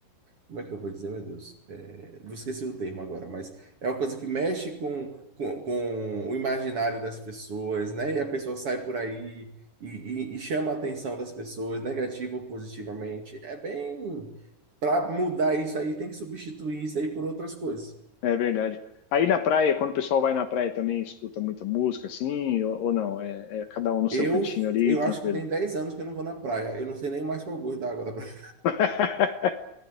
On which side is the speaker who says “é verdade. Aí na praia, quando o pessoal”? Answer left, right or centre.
Left